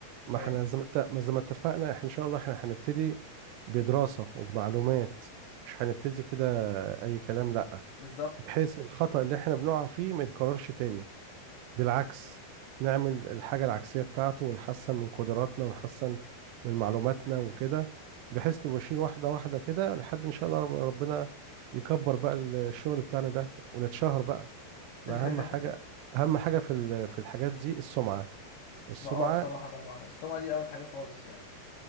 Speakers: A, on the right; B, on the left.
A: ما
B: فاهم؟
A: احنا زي ما ات- ما زي ما اتفقنا احنا إن شاء الله احنا هنبتدي بدراسة وبمعلومات مش هنبتدي كده أي كلام لأ
B: بالظبط
A: بحيث الخطأ اللي احنا بنقع فيه ما يتكررش تاني بالعكس نعمل الحاجة العكسية بتاعته ونحسن من قدراتنا ونحسن من معلوماتنا وكده بحيث نبقى ماشيين واحدة واحدة كده لحد إن شاء الله رب- ربنا يكبر بقى الشغل بتاعنا ده ونتشهر بقى ما
B: <laughs>
A: اهم حاجه اهم حاجه في ال- في الحاجات دي السمعه السمعه
B: ما اه الصراحة طبعا بس هو دي أول حاجة خالص يعني